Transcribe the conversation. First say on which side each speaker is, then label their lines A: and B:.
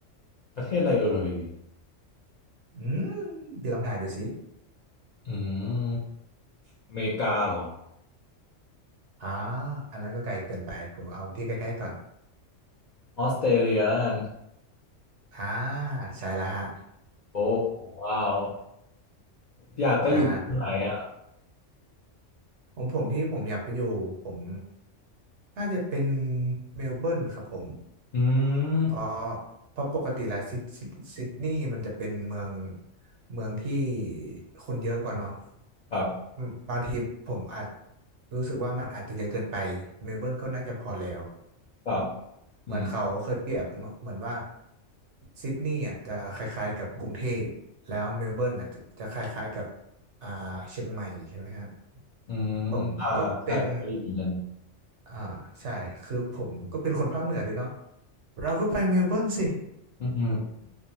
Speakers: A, on the left; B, on the right.
A: ประเทศอะไรเอ่ย
B: อืมพี่ลองถ่ายดูสิ
A: อืมอเมริกาเหรอ
B: อ่าอันนั้นก็ไกลเกินไปผมเอาที่ใกล้ๆก่อน
A: ออสเตรเลียแล้วกัน
B: อ่าใช่ละฮะ
A: โอ้ว้าว
B: <laughs>
A: อยากไปอยู่ตรงไหนอ่ะ
B: ใช่ ผมผมที่ผมอยากไปอยู่ผมน่าจะเป็นเมลเบิร์นครับผม
A: อืม
B: เพราะเพราะปกติแล้วซิดซิดซิดนีย์มันจะเป็นเมืองเมืองที่คนเยอะกว่าเนาะ
A: ครับ
B: อืมบางทีผมอาจรู้สึกว่ามันอาจจะเยอะเกินไปเมลเบิร์นก็น่าจะพอแล้ว
A: ครับ
B: เหมือนเขาเคยเปรียบเหมือนเหมือนว่า
A: อืม
B: ซิดนีย์อ่ะจะคล้ายๆกับกรุงเทพแล้วเมลเบิร์นอ่ะจะจะคล้ายๆกับอ่าเชียงใหม่ใช่ไหมฮะ
A: อืมอ่าใช่ไปอยู่เหมือนกัน
B: ผมก็เป็นอ่าใช่คือผมก็เป็นคนภาคเหนือด้วยเนาะ เราก็ไปเมลเบิร์นสิ
A: อืม